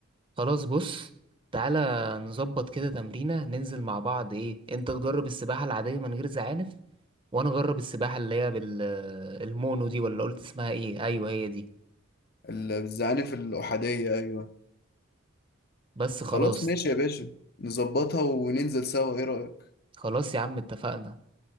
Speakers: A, on the right; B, on the left.
A: خلاص بص تعالى نظبط كده تمرينة ننزل مع بعض ايه انت تجرب السباحة العادية من غير زعانف وانا اجرب السباحه اللي هي بالمونو دي ولا قلت اسمها ايه ايوه هي دي
B: ال- الزعانف الأحادية ايوه
A: بس خلاص
B: خلاص ماشي يا باشا نظبطها وننزل سوا ايه رأيك
A: خلاص يا عم اتفقنا